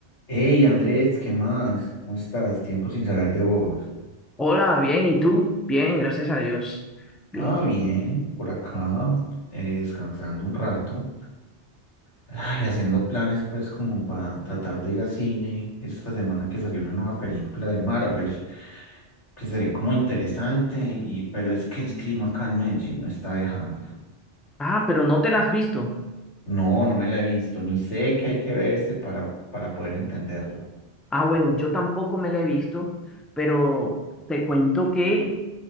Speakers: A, on the left; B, in the centre.
A: Hey Andrés, ¿qué más? ¿Cómo estás? Tiempo sin saber de vos.
B: Hola, bien, ¿y tú? Bien, gracias a Dios. Bien.
A: Ah, bien, por acá, eh, descansando un rato. Ay, haciendo planes pues como para tratar de ir a cine esta semana que salió una nueva película de Marvel, que se ve como interesante, y, pero es que el clima acá en Medellín no está dejando.
B: Ah, pero no te la has visto.
A: No, no me la he visto, ni sé que hay que verse para, para poder entenderla.
B: Ah, bueno, yo tampoco me la he visto, pero te cuento que